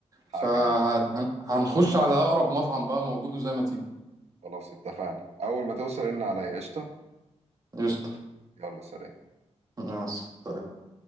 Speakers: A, on the right; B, on the right.
A: حقك
B: فهنخش
A: عليا
B: على اقرب مطعم بقى موجود وزي ما تيجي
A: خلاص اتفقنا اول ما توصل ان عليا قشطه
B: قشطة
A: يلا سلام
B: مع السلامة